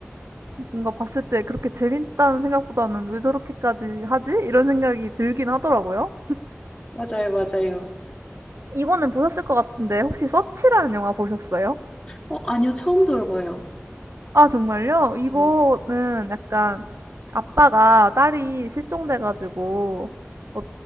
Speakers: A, on the right; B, on the left.
A: 뭔가 봤을 때 그렇게 재밌다는 생각보다는 '왜 저렇게까지 하지?' 이런 생각이 들긴 하더라고요.
B: 맞아요, 맞아요.
A: 이거는 보셨을 것 같은데 혹시 서치라는 영화 보셨어요?
B: 어, 아니요, 처음 들어봐요.
A: 아, 정말요? 이거는
B: 네.
A: 약간 아빠가 딸이 실종돼 가지고 어